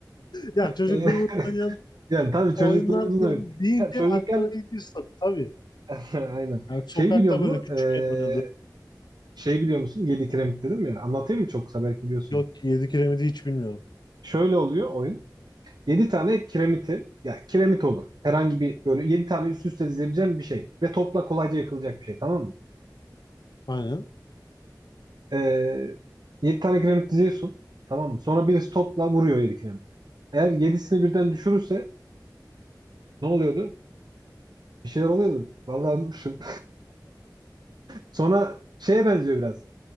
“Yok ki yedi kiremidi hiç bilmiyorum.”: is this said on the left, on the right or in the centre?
Left